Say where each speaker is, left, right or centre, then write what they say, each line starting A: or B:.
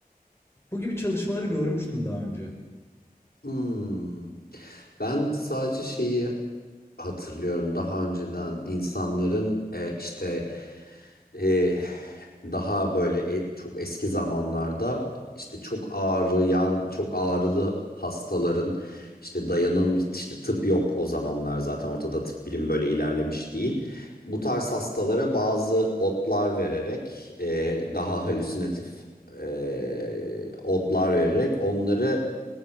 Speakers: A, on the left; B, on the left.
A: bu gibi çalışmaları görmüştüm daha önce.
B: Hmm. Ben sadece şeyi hatırlıyorum daha önceden insanların e, işte e, daha böyle e- çok eski zamanlarda işte çok ağrıyan, çok ağrılı hastaların işte dayanın işte tıp yok o zamanlar zaten ortada tıp bilim böyle ilerlemiş değil. Bu tarz hastalara bazı otlar vererek e, daha halüsinatif e, otlar vererek onları